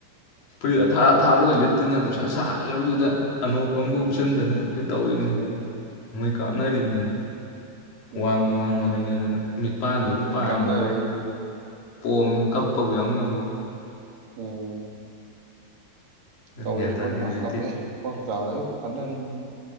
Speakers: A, on the left; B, on the right.
A: ꯄꯔꯤ ꯊꯥ ꯊꯥꯕꯒ ꯂꯤꯇꯅꯅꯁ ꯁꯥꯥꯏꯈ꯭ꯔꯕꯗꯨꯗ ꯑꯅꯣꯞ ꯑꯃꯒ
B: ꯎꯝ
A: ꯎꯞꯆꯤꯟꯗꯅ ꯑꯩꯈꯣꯏ ꯇꯧꯔꯤꯕꯅꯤ
B: ꯎꯝ
A: ꯅꯣꯡꯣꯏ ꯀꯥꯞꯅꯔꯤꯕꯅꯤ
B: ꯎꯝ
A: ꯋꯥꯡꯃ ꯋꯥꯡꯃ ꯂꯩꯅꯗꯅ ꯃꯤꯠꯄꯥꯟꯗꯕꯨ ꯄꯥꯟꯕ
B: ꯀꯥꯞꯅꯔꯛꯏ ꯃꯤ ꯂꯣꯏ
A: ꯄꯣꯝꯅ ꯀꯞꯄꯕꯨ ꯌꯥꯎꯅꯕ
B: ꯑꯣ
A: ꯑꯗꯨꯅ
B: ꯇꯧꯔꯦ
A: ꯒ꯭ꯌꯥꯟ
B: ꯑꯩꯈꯣꯏꯁꯨ
A: ꯇꯥꯗꯦ
B: ꯌꯥꯝ
A: ꯍꯧꯖꯤꯛꯇꯤ
B: ꯀꯞꯄꯦ ꯍꯣꯁꯄꯤꯇꯥꯜꯗꯒ ꯄꯨꯈꯠꯅꯔꯤꯅꯤ